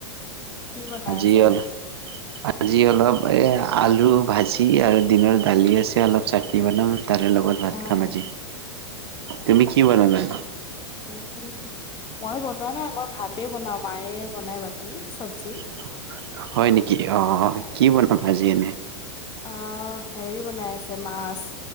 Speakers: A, on the left; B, on the right.
A: কি বনাই
B: <unintelligible> আজি,
A: আছা
B: অলপ এ, আলু ভাজি আৰু দিনৰ দালি আছে, অলপ চাটনি বনাম, তাৰে লগত। ভাট
A: আহ
B: খাম আজি। তুমি কি বনালা?
A: উম! মই বনোঁৱা নাই। মই ভাতে বনাওঁ, মায়ে বনাই বাকী। চব্জি
B: <inaudible> হয় নেকি? অ'! কি বনাবা আজি এনে?
A: অ'! হেৰি বনাই আছে, মাছ